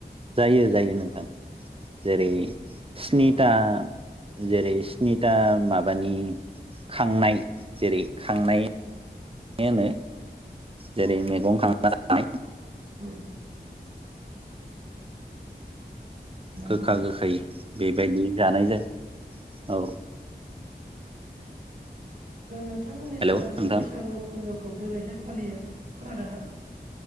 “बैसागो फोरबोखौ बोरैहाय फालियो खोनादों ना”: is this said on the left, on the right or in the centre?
Right